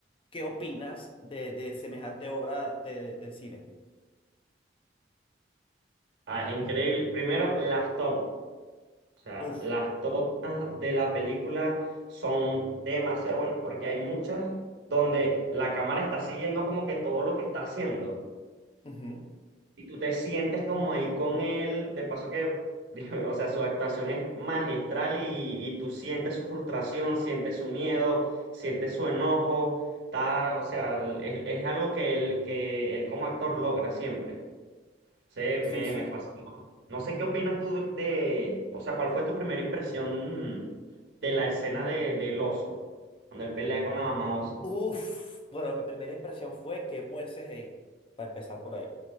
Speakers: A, on the left (about 30°); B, on the right (about 80°).
A: qué opinas de, de semejante obra de- del cine.
B: Ah, es increíble. Primero, las tomas. O sea,
A: Uf.
B: las tomas de la película son demasiado buenas porque hay muchas donde la cámara está siguiendo como que todo lo que está haciendo.
A: Ujú.
B: Y tú te sientes como ahí con él, de paso que, <laughs> o sea, su actuación es magistral y, y tú sientes su frustración, sientes su miedo, sientes su enojo, está, o sea, el- el- es, algo que él, que él como actor logra siempre. Se,
A: Sí,
B: me,
A: sí.
B: me fascinó. No sé qué opinas tú de, de- o sea, ¿cuál fue tu primera impresión mm, de la escena de, del oso, cuando él pelea con la mamá oso?
A: Uf, bueno, mi primera impresión fue qué buen CGI, para empezar por ahí.